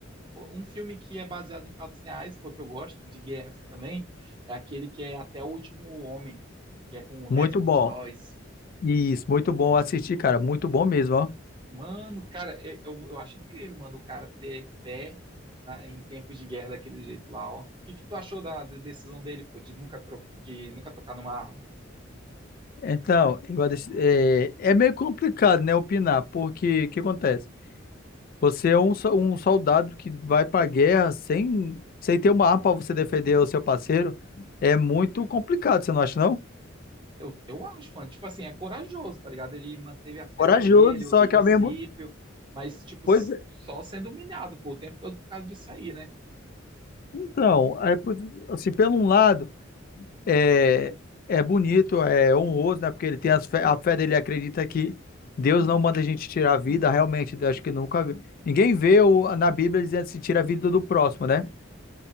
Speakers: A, on the right (about 25°); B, on the left (about 45°).
A: Pô, Um filme que é baseado em fatos reais, porque eu gosto de guerra assim, também, é aquele que é Até o Último Homem, pô, que é com o
B: Muito
A: Desmond
B: bom.
A: Doss.
B: Isso, muito bom assistir, cara. Muito bom mesmo, ó.
A: Mano, cara, eu, eu eu acho incrível, mano, o cara ter fé na- em tempos de guerra daquele jeito lá, ó. O que, que tu achou da, da decisão dele, pô, de nunca, tro- de nunca tocar numa arma?
B: Então, eu adis- é, é meio complicado, né, opinar, porque o que acontece? Você é um, so- um soldado que vai pra guerra sem, sem ter uma arma pra você defender o seu parceiro. É muito complicado, você não acha, não?
A: Eu, eu acho, mano, tipo assim, é corajoso, tá ligado? Ele manteve a fé
B: Corajoso,
A: dele, os
B: só
A: princípios,
B: que ao mesmo.
A: mas, tipo,
B: Pois
A: s-
B: é,
A: só sendo humilhado, pô, o tempo todo por causa disso aí, né?
B: então, aí, pois, assim, pelo um lado, é, é bonito, é honroso, né? Porque ele tem as fé- a fé dele, acredita que Deus não manda a gente tirar a vida, realmente, eu acho que nunca vi. Ninguém vê o- na Bíblia dizendo se tira a vida do próximo, né?